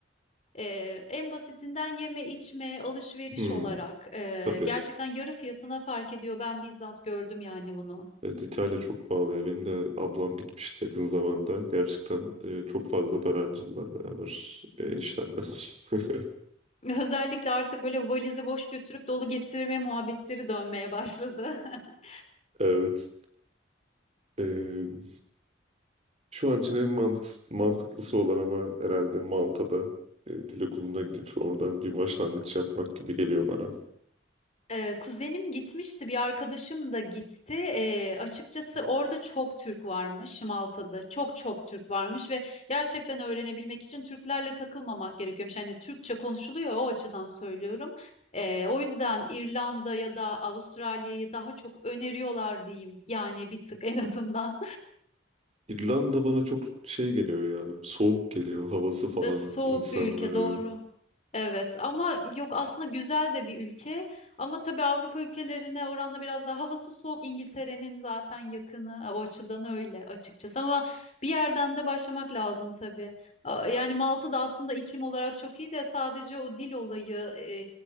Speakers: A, on the left; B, on the right.
A: E, en basitinden yeme içme alışveriş
B: Hmm,
A: olarak e,
B: tabii.
A: gerçekten yarı fiyatına fark ediyor. Ben bizzat gördüm yani bunu.
B: Evet, İtalya çok pahalı ya. Benim de ablam gitmişti yakın zamanda. Gerçekten e, çok fazla para harcadılar beraber e, eniştemle. <laughs>
A: Özellikle artık böyle valizi boş götürüp dolu getirme muhabbetleri dönmeye başladı. <laughs>
B: Evet. E, şu an için en mantık, mantıklısı olan ama herhalde Malta'da e, dil okuluna gidip oradan bir başlangıç yapmak gibi geliyor bana.
A: Ee, kuzenim gitmişti, bir arkadaşım da gitti. Ee, açıkçası orada çok Türk varmış Malta'da. Çok çok Türk varmış ve gerçekten öğrenebilmek için Türklerle takılmamak gerekiyormuş. Yani Türkçe konuşuluyor o açıdan söylüyorum. Ee, o yüzden İrlanda ya da Avustralya'yı daha çok öneriyorlar diyeyim. Yani bir tık en azından.
B: İrlanda bana çok şey geliyor ya. Soğuk geliyor. Havası falan.
A: E, Soğuk
B: insanları.
A: bir ülke doğru. Evet ama yok aslında güzel de bir ülke ama tabii Avrupa ülkelerine oranla biraz daha havası soğuk İngiltere'nin zaten yakını e, o açıdan öyle açıkçası ama bir yerden de başlamak lazım tabii. A- Yani Malta da aslında iklim olarak çok iyi de sadece o dil olayı e,